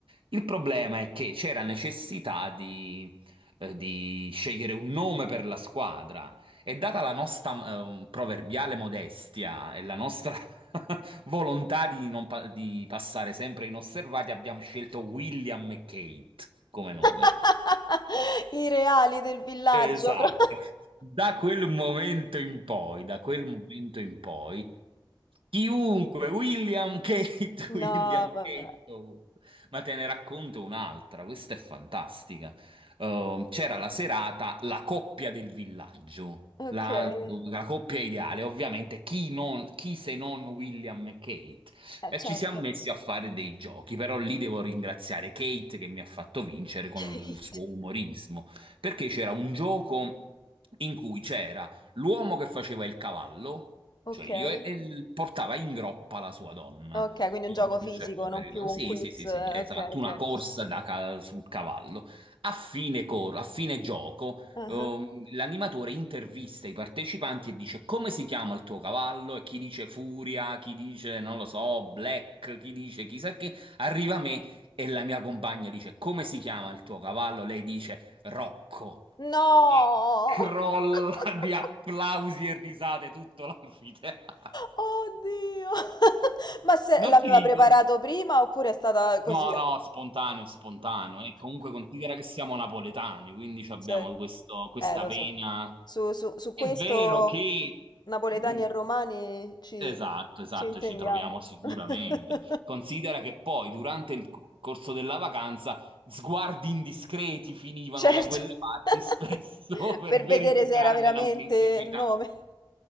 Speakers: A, on the right (about 80°); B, on the left (about 55°).
A: Il problema è che c'era necessità di eh, di scegliere un nome per la squadra. E data la nostra eh, proverbiale modestia e la nostra <laughs> volontà di, non pa- di passare sempre inosservati, abbiamo scelto William e Kate come nome.
B: <laughs> I reali del villaggio
A: Esatto.
B: pro <laughs>
A: Da quel momento in poi, da quel momento in poi, chiunque, William Kate, <laughs> William
B: No, vabbè.
A: Kate, ovunque. Ma te ne racconto un'altra, questa è fantastica. Ehm, c'era la serata La coppia del villaggio.
B: Okay.
A: La, la coppia ideale, ovviamente, chi, non- chi se non William e Kate?
B: Eh,
A: E
B: certo.
A: ci siamo messi a fare dei giochi, però lì devo ringraziare Kate che mi ha fatto vincere con
B: <laughs> Kate.
A: il suo umorismo perché c'era un gioco in cui c'era l'uomo che faceva il cavallo,
B: Okay.
A: cioè io, e, e l- portava in groppa la sua donna.
B: Okay, quindi un
A: Io
B: gioco
A: per
B: fisico,
A: un certo
B: non
A: periodo.
B: più un
A: Sì,
B: quiz
A: sì, sì,
B: eh,
A: sì, esatto,
B: okay, okay.
A: una corsa da ca- sul cavallo. A fine, cor- a fine gioco,
B: Ah-ah.
A: ehm, l'animatore intervista i partecipanti e dice come si chiama il tuo cavallo? E chi dice Furia, chi dice, non lo so, Black, chi dice chissà che, arriva a me. E la mia compagna dice: Come si chiama il tuo cavallo? Lei dice: Rocco.
B: No!
A: E crolla
B: <laughs>
A: di applausi e risate tutto l'anfiteatro.
B: Oddio! <laughs> Ma se
A: Non
B: l'aveva
A: ti dico...
B: preparato prima oppure è stata così
A: No,
B: <laughs>
A: no,
B: a
A: spontaneo, spontaneo. E comunque considera che siamo napoletani, quindi ci abbiamo
B: Sì.
A: questo- questa
B: Eh, lo
A: vena.
B: so. Su, su- su
A: È
B: questo
A: vero che...
B: napoletani
A: Mm,
B: e romani ci,
A: Esatto, esatto,
B: ci intendiamo.
A: ci troviamo sicuramente.
B: <laughs>
A: Considera che poi durante il co- corso della vacanza sguardi indiscreti finivano
B: Certo,
A: da quelle parti
B: <laughs>
A: spesso <laughs> per
B: per
A: verificarne
B: vedere se era veramente
A: l'autenticità.
B: il nome.